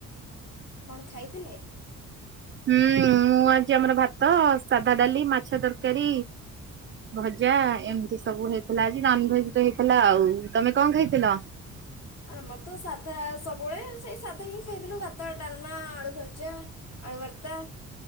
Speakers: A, on the left; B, on the right.
A: କଣ ଖାଇଥିଲେ?
B: ହୁଁ ମୁଁ ଆଜି ଆମର ଭାତ ସାଧା ଡାଲି ମାଛ ତରକାରୀ। ଭଜା। ଏମିତି ସବୁ ହେଇଥିଲା ଆଜି ନନ୍ ଭେଜ୍ ରେ ହେଇଥିଲା ଆଉ ତମେ କଣ ଖଇଥିଲ?
A: ଆମର ତ ସାଧା ସବୁବେଳେ ସେଇ ସାଧା ହିଁ ଖାଇଥିଲୁ ଭାତ ଡାଲମା ଆଳୁ ଭଜା। ଭଜା ଆଳୁ ଭରତା।